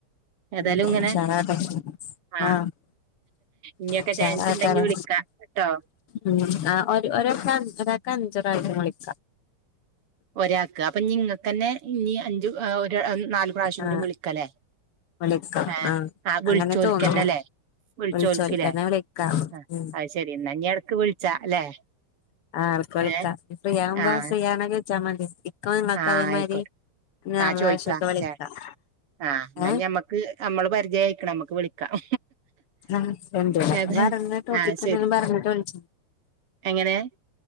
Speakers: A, on the right; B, on the left.
A: ഏതായാലും
B: ഉം
A: ഇങ്ങനെ
B: ഉഷാറാവട്ടെ
A: ആഹ്
B: ആ
A: ഇനിയൊക്കെ
B: ഉഷാറാവട്ടെ
A: ചാൻസ് ഉണ്ടെങ്കി
B: പറ
A: വിളിക്കാ ട്ടോ
B: ഉം ആ ഒരു ഒരാൾക്ക് ഒരാൾക്ക് അഞ്ച് പ്രാവശ്യം വിളിക്കാം
A: ഒരാൾക്ക് അപ്പൊ നിങ്ങൾക്കന്നെ ഇനി അഞ്ചു ഒരു നാല് പ്രാവശ്യം
B: ആ
A: കൂടി വിളിക്കല്ലേ
B: വിളിക്കാം
A: ഏഹ്
B: ആ
A: ആ വിളിച്ചോൽക്കന്നെല്ലേ
B: അങ്ങനെ തോന്നുണു
A: വിളിച്ചോൽക്കില്ലേ
B: വിളിച്ചോൽക്കന്നെ വിളിക്കാം
A: ആ
B: ഉം
A: അത് ശരി എന്നാ ഇനി ഇടക്ക് വിളിച്ചാ അല്ലേ
B: ആ അവർക്ക് വിളിക്കാം
A: ഏഹ്
B: ഫ്രീ ആവുമ്പോ
A: ആഹ്
B: ഫ്രീ ആണോ ചോദിച്ചാ മതി ഇക്കും നിങ്ങൾക്ക്
A: ആഹ്
B: അതേമാതിരി
A: ആയിക്കോട്ടെ
B: നാല്
A: ആ
B: പ്രാവശ്യൊക്കെ
A: ചോയിക്കാ
B: വിളിക്കാം
A: ല്ലേ ആഹ് എന്നാ
B: ഏ
A: ഞമ്മക്ക് നമ്മള് പരിചയായിക്കണ് നമ്മക്ക് വിളിക്കാം
B: ആ എന്തിനൊക്കെ
A: ഏതായാലും
B: പറഞ്ഞ ടോപ്പിക്ക്
A: ആഹ് ശരി
B: എന്തെങ്കിലും പറഞ്ഞിട്ട് വിളിച്ചാ
A: എങ്ങനെ